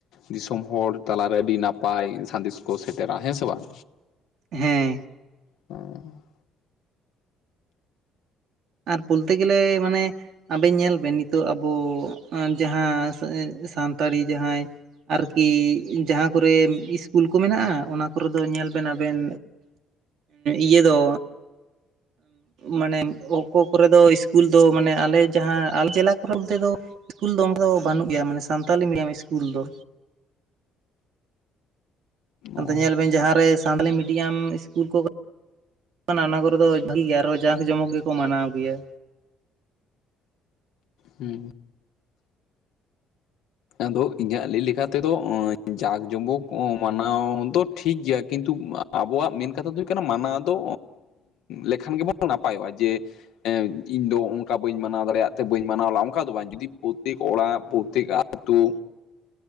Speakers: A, on the left (about 75°); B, on the right (about 70°).
A: ᱫᱤᱥᱚᱢ ᱦᱚᱲ ᱛᱟᱞᱟᱨᱮ ᱟᱹᱰᱤ ᱱᱟᱯᱟᱭ ᱥᱟᱸᱫᱮᱥ ᱠᱚ ᱥᱮᱴᱮᱨᱟ ᱦᱮᱸ ᱥᱮ ᱵᱟᱝ
B: ᱦᱮᱸ
A: ᱦᱚᱸ
B: ᱟᱨ ᱵᱚᱞᱛᱮ ᱜᱮᱞᱮ ᱢᱟᱱᱮ ᱟᱵᱮᱱ ᱧᱮᱞ ᱵᱮᱱ ᱱᱤᱛᱚᱜ ᱟᱵᱚ ᱡᱟᱦᱟᱸ ᱥᱟᱱᱛᱟᱲᱤ ᱡᱟᱦᱟᱸᱭ ᱟᱨᱠᱤ ᱡᱟᱦᱟᱸ ᱠᱚᱨᱮ ᱤᱥᱠᱩᱞ ᱠᱚ ᱢᱮᱱᱟᱜᱼᱟ ᱚᱱᱟ ᱠᱚᱨᱮ ᱫᱚ ᱧᱮᱞ ᱵᱮᱱ ᱟᱵᱮᱱ ᱤᱭᱟᱹ ᱫᱚ ᱢᱟᱱᱮ ᱚᱠᱟ ᱠᱚᱨᱮ ᱫᱚ ᱤᱥᱠᱩᱞ ᱫᱚ ᱢᱟᱱᱮ ᱟᱞᱮ ᱡᱟᱦᱟᱸ ᱟᱞᱮ ᱡᱮᱞᱟ ᱠᱚᱨᱮ ᱛᱚ ᱫᱚ ᱤᱥᱠᱩᱞ ᱫᱚ ᱚᱱᱠᱟ ᱫᱚ ᱵᱟᱹᱱᱩᱜ ᱜᱮᱭᱟ ᱢᱟᱱᱮ ᱥᱟᱱᱛᱟᱞᱤ ᱢᱤᱰᱤᱭᱟᱢ ᱤᱥᱠᱩᱞ ᱫᱚ ᱟᱫᱚ
A: ᱚ
B: ᱧᱮᱞ ᱵᱮᱱ ᱡᱟᱦᱟᱸ ᱨᱮ ᱥᱟᱱᱛᱟᱞᱤ ᱢᱤᱰᱤᱭᱟᱢ ᱤᱥᱠᱩᱞ ᱠᱚ ᱚᱱᱟ ᱠᱚᱨᱮ ᱫᱚ ᱵᱷᱟᱹᱜᱤ ᱜᱮ ᱟᱨᱚ ᱡᱟᱸᱠ ᱡᱚᱢᱚᱠ ᱜᱮᱠᱚ ᱢᱟᱱᱟᱣ ᱜᱮᱭᱟ
A: ᱦᱩᱸ ᱫᱚ ᱤᱧᱟᱹᱜ ᱞᱟᱹᱭ ᱞᱮᱠᱟ ᱛᱮᱫᱚ ᱡᱟᱠ ᱡᱚᱢᱚᱠ ᱢᱟᱱᱟᱣ ᱫᱚ ᱴᱷᱤᱠ ᱜᱮᱭᱟ ᱠᱤᱱᱛᱩ ᱟᱵᱚᱣᱟᱜ ᱢᱮᱱ ᱠᱟᱛᱷᱟ ᱫᱚ ᱦᱩᱭᱩᱜ ᱠᱟᱱᱟ ᱢᱟᱱᱟᱣ ᱫᱚ ᱞᱮᱠᱷᱟᱱ ᱜᱮᱵᱚᱱ ᱱᱟᱯᱟᱭᱚᱜᱼᱟ ᱡᱮ ᱦᱮᱸ ᱤᱧ ᱫᱚ ᱚᱱᱠᱟ ᱵᱟᱹᱧ ᱢᱟᱱᱟᱣ ᱫᱟᱲᱮᱭᱟᱜ ᱛᱮ ᱵᱟᱹᱧ ᱢᱟᱱᱟᱣ ᱞᱮᱫᱟ ᱚᱱᱠᱟ ᱫᱚ ᱵᱟᱝ ᱡᱩᱫᱤ ᱯᱨᱚᱛᱛᱮᱠ ᱚᱲᱟᱜ ᱯᱨᱚᱛᱛᱮᱠ ᱟᱹᱛᱩ